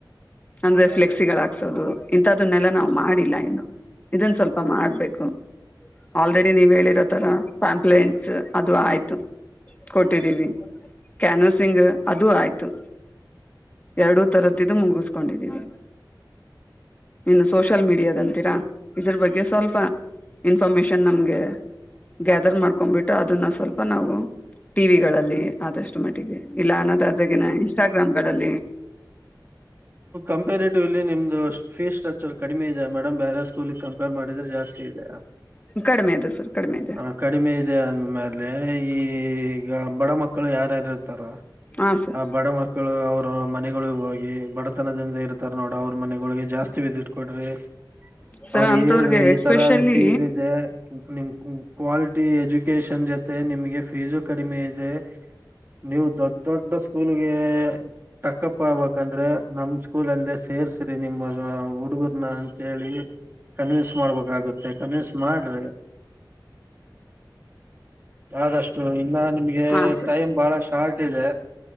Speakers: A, on the left; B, on the right.
A: ಅಂದ್ರೆ ಫ್ಲೆಕ್ಸಿಗಳ್ ಹಾಕ್ಸೋದು ಇಂಂತದನ್ನೆಲ್ಲ ನಾವ್ ಮಾಡಿಲ್ಲ ಇನ್ನು. ಇದನ್ ಸ್ವಲ್ಪ ಮಾಡ್ಬೇಕು ಆಲ್ರೆಡಿ ನೀವ್ ಹೇಳಿರೋ ತರ ಪಾಮ್ಪ್ಲೇಂಟ್. ಸ್ ಅದು ಆಯ್ತು. ಕೊಟ್ಟಿದ್ದೀವಿ ಕ್ಯಾನ್ವಸಿಂಗ್ ಅದು ಆಯ್ತು. ಎರ್ಡು ತರದ್ದಿದ್ದು ಮುಗಿಸಕೊಂಡಿದ್ದೀವಿ. ಇನ್ನು ಸೋಷಲ್ ಮೀಡಿಯಾದಂತೀರಾ ಇದ್ರ ಬಗ್ಗೆ ಸ್ವಲ್ಪ. ಇನ್ಫಾರ್ಮೇಶನ್ ನಮ್ಗೆ ಗ್ಯಾದರ್ ಮಾಡ್ಕೊಬಿಟ್ಟು ಅದನ್ನ ಸ್ವಲ್ಪ ನಾವು. ಟಿವಿಗಳಲ್ಲಿ ಆದಷ್ಟು ಮಟ್ಟಿಗೆ ಇಲ್ಲ ಅನ್ನದಾಜಗಿನ ಇನ್ಸ್ಟಾಗ್ರಾಮ್ಗಳಲ್ಲಿ.
B: ಕಂಪೇರ್ಟಿವ್ಲಿ ನಿಮ್ದು ಫೀಸ್ ಸ್ಟ್ರಕ್ಚರ್ ಕಡಿಮೆ ಇದೆ ಮೇಡಮ್ ಬೇರೆ ಸ್ಕೂಲ್ ಕಂಪೇರ್ ಮಾಡ್ ಮಾಡಿದ್ರೆ ಜಾಸ್ತಿ ಇದೆಯ.
A: ಕಡಿಮೆ ಇದೆ ಸರ್ ಕಡ್ಮೆ ಇದೆ.
B: ಹ ಕಡಿಮೆ ಇದೆ ಅಂದ್ಮೇಲೆ ಈ ಈಗ ಬಡ ಮಕ್ಳು ಯಾರ್ಯಾರ್ ಇರ್ತಾರ.
A: ಹಾ ಸರ್
B: ಆ ಬಡ ಮಕ್ ಳು ಅವ್ರ ಮನೆಗಳಿಗ್ ಹೋಗಿ ಬಡತನದಿಂದ ಇರ್ತಾರ ನೋಡ ಅವ್ರ ಮನೆಗಳಿಗೆ ಜಾಸ್ತಿ ವಿಸಿಟ್ ಕೊಡ್ರಿ.
A: ಸರ್
B: ಅವ್ರಿಗ್
A: ಅಂತವ್ರಿಗೆ
B: ಹೇಳ್ರಿ ಈ
A: ಎಸ್ಪೆಷಲಿ
B: ತರ ಫೀಸ್ ಇದೆ ನಿಮ್ ಕು. ಕ್ವಾಲಿಟಿ ಎಜುಕೇಶನ್ ಜೊತೆ ನಿಮ್ಗೆ ಫೀಸು ಕಡಿಮೆ ಇದೆ. ನೀವು ದೊಡ್ ದೊಡ್ಡ ಸ್ಕೂಲ್ಗೆ. ತಕ್ಕಪ್ಪ ಆಗ್ಬಂದ್ರೆ ನಮ್ ಸ್ಕೂಲ್ ಅಲ್ಲೇ ಸೇರ್ಸ್ರಿ ನಿಮ್ಮ ಹುಡುಗರ್ನ ಅಂತೇಳಿ. ಕನ್ವಿನ್ಸ್ ಮಾಡ್ಬೇಕಾಗುತ್ತೆ ಕನ್ವಿನ್ಸ್ ಮಾಡ್ರಿ.
A: <inaudible>
B: ಯಾದಷ್ಟು ಇ ಇಲ್ಲ ನಿಮ್ಗೆ
A: ಹಾ ಸರ್
B: ಟೈಮ್ ಬಹಳ ಶಾರ್ಟ್ ಇದೆ